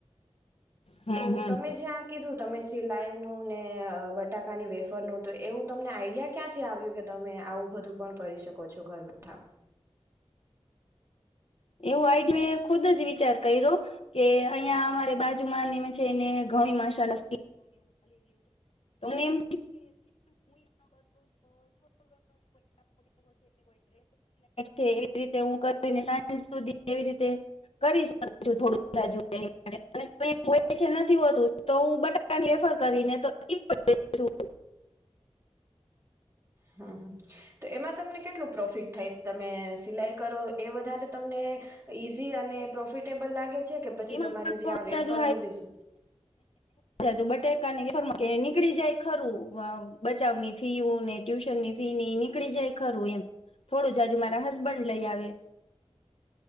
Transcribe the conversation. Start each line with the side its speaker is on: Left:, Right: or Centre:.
Left: હમ
Right: તો
Left: હમ
Right: તમે જ્યાં કીધું તમે સિલાઈનું ને બટાકાની વેફરનું તો એવું તમને આઈડિયા ક્યાંથી આવ્યું કે તમે આવું બધું પણ કરી શકો છો ઘર બેઠા?
Left: એવું આઈ મેં ખુદ જ વિચાર કર્યો કે અહીયાં અમારે બાજુમાં <inaudible> ને ઘણી મસા <inaudible> રહ્યું છે એમ થયું કે <inaudible> ડ્રેસ <inaudible> સુધી કેવી રીતે કરી શકું થોડું તાજું <inaudible> નથી હોતું તો હું બટાકાની વેફર કરીને તો આ પણ
Right: હમ હમ તો એમાં તમને કેટલું પ્રોફિટ થાય તમે સિલાઈ કરો એ વધારે તમને ઈઝી અને પ્રોફિટેબલ લાગે છે કે પછી
Left: એમાં
Right: તમારી
Left: પણ
Right: જે
Left: થોડું
Right: આ
Left: <inaudible>
Right: વેફરનું
Left: થોડુ
Right: બિઝનેસ
Left: જાજુ બટે વેફર કે નીકળી જાય ખરું બચાવની ફીવુ ને ટ્યુશન ની ફી ની નીકળી જાય ખરું એમ થોડું જાજુ મારા હસબન્ડ લઈ આવે.